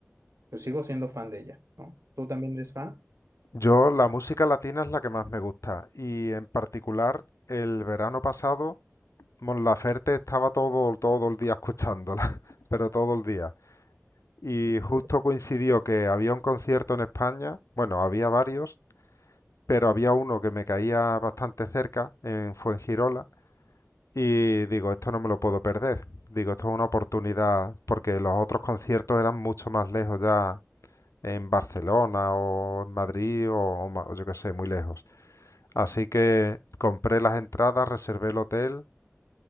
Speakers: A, on the right (about 85°); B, on the left (about 80°).
A: yo sigo siendo fan de ella, ¿no? ¿Tú también eres fan?
B: Yo la música latina es la que más me gusta y en particular el verano pasado Mon Laferte estaba todo, todo el día escuchándola, <laughs> pero todo el día. Y
A: Ok.
B: justo coincidió que había un concierto en España, bueno, había varios pero había uno que me caía bastante cerca en Fuengirola y digo, esto no me lo puedo perder. Digo, esto es una oportunidad porque los otros conciertos eran mucho más lejos ya en Barcelona o en Madrid o, o ma- o yo qué sé, muy lejos. Así que compré las entradas, reservé el hotel